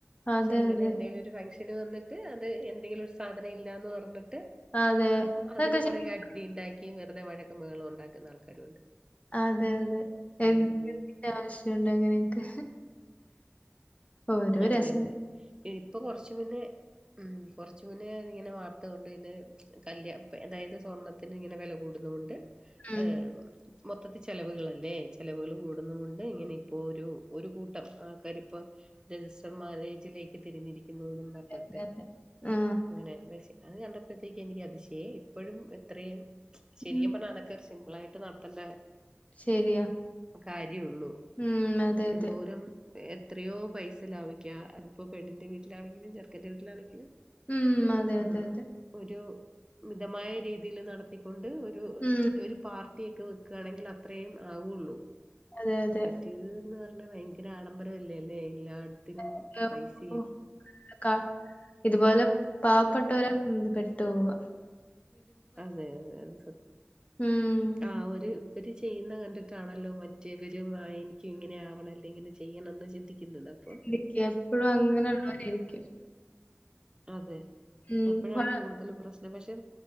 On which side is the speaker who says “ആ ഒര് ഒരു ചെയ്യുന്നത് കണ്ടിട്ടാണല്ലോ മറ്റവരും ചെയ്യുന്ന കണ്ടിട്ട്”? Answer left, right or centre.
Right